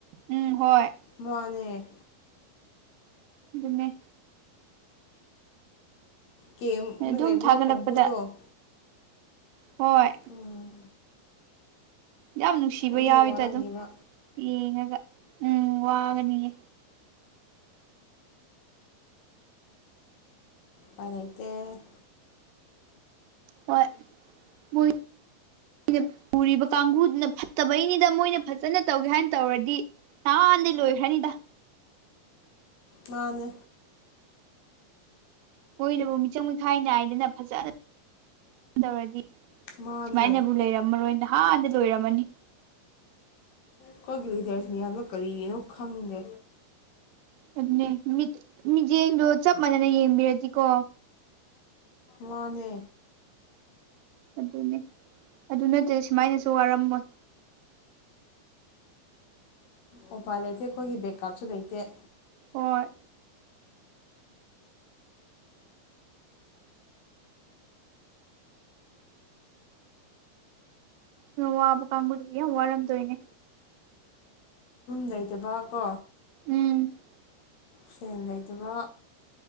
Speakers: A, on the right; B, on the left.
A: ꯎꯝ ꯍꯣꯏ꯫
B: ꯃꯥꯅꯦ
A: ꯑꯗꯨꯅꯦ
B: ꯀꯦꯝꯗ
A: ꯑꯗꯨꯝ
B: ꯂꯩꯕ
A: ꯊꯥꯒꯠꯂꯛꯄꯗ
B: ꯀꯥꯡꯕꯨꯗꯣ
A: ꯍꯣꯏ꯫
B: ꯎꯝ
A: ꯌꯥꯝ ꯅꯨꯡꯁꯤꯕ
B: ꯃꯣꯏꯁꯨ
A: ꯌꯥꯎꯋꯤꯗ
B: ꯋꯥꯔꯝꯅꯦꯕ
A: ꯑꯗꯨꯝ ꯌꯦꯡꯉꯒ ꯎꯝ ꯋꯥꯒꯅꯤꯌꯦ
B: ꯄꯅꯩꯗ
A: ꯍꯣꯏꯣꯏ ꯑꯩꯅ ꯎꯔꯤꯕ ꯀꯥꯡꯕꯨꯗꯨꯅ ꯐꯠꯇꯕꯩꯅꯤꯗ ꯃꯣꯏꯅ ꯐꯖꯅ ꯇꯧꯒꯦ ꯍꯥꯏꯅ ꯇꯧꯔꯗꯤ <unintelligible> ꯂꯣꯏꯈꯔꯅꯤꯗ꯫
B: ꯃꯥꯅꯦ
A: ꯃꯣꯏꯅꯕꯨ ꯃꯤꯆꯪ ꯃꯤꯈꯥꯏ ꯅꯥꯏꯗꯅ ꯐꯖꯅ ꯇꯧꯔꯗꯤ
B: ꯃꯥꯅꯦ
A: ꯁꯨꯃꯥꯏꯅꯕꯨ ꯂꯩꯔꯝꯃꯔꯣꯏ ꯅꯍꯥꯟꯅ ꯂꯣꯏꯔꯝꯃꯅꯤ꯫
B: ꯑꯩꯈꯣꯏꯒꯤ ꯂꯤꯗꯔꯁ ꯃꯤꯌꯥꯝꯅ ꯀꯔꯤꯒꯤꯅꯣ ꯈꯪꯗꯦ
A: ꯑꯗꯨ ꯃꯤꯠꯌꯦꯡꯗꯣ ꯆꯞ ꯃꯥꯟꯅꯅ ꯌꯦꯡꯕꯤꯔꯗꯤꯀꯣ
B: ꯋꯥꯅꯦ
A: ꯑꯗꯨꯅꯦ ꯑꯗꯨ ꯅꯠꯇꯗꯤ ꯁꯨꯃꯥꯏꯅꯁꯨ ꯋꯥꯔꯝꯃꯣꯏ
B: ꯃꯣꯕꯥꯥꯏ ꯂꯩꯇꯦ ꯑꯩꯈꯣꯏꯒꯤ ꯕꯦꯀꯞꯁꯨ ꯂꯩꯇꯦ
A: ꯍꯣꯏ ꯋꯥ ꯀ ꯀꯥꯡꯕꯨꯖꯔꯤ ꯋꯥ ꯑꯔꯝꯗꯣꯏꯦ
B: ꯁ ꯂꯩꯇꯕ ꯀꯣ
A: ꯎꯝ
B: ꯐ꯭ꯔꯦꯟ ꯂꯩꯇꯕ